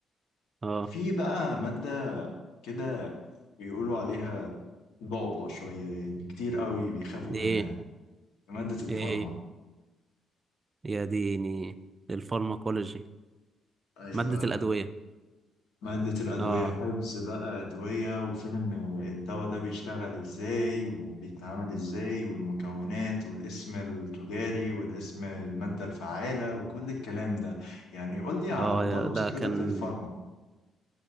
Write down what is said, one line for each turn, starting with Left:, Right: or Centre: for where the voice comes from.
Right: اه
Left: في بقى ماده كده بيقولوا عليها بعبع شويه يعني كتير قوي بيخافوا
Right: دي
Left: منها
Right: ايه
Left: ماده الفارما
Right: ايه يا ديني الفارماكولوجي
Left: ايوه
Right: مادة الأدوية
Left: ماده الادويه
Right: اه
Left: حفظ بقى ادويه وفهم الدواء ده بيشتغل ازاي وبيتعامل ازاي والمكونات والاسم التجاري والاسم الماده الفعاله وكل الكلام ده يعني قول لي على
Right: اه
Left: مدار
Right: يا-
Left: مذاكرتك
Right: ده كان
Left: للفارما